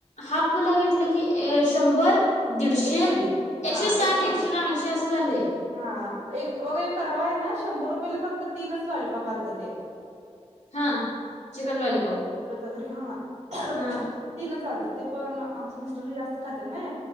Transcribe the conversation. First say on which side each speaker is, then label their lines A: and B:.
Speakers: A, on the left; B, on the right.
A: हापला घेतलं की शंभर दीडशे
B: एकशे वीस
A: एकशे
B: हा
A: साठ एकशे
B: वीस
A: ऐंशी असं झालंय
B: हा एक वगैरे परवा आहे ना शंभर रुपयला फक्त तीनच लॉलीफॉप आलत ते
A: हा चिकन लॉलीपॉप
B: बरी हा तीनच
A: हा
B: आलत ते पण आमचे मिस्टर जास्त खात्यात नई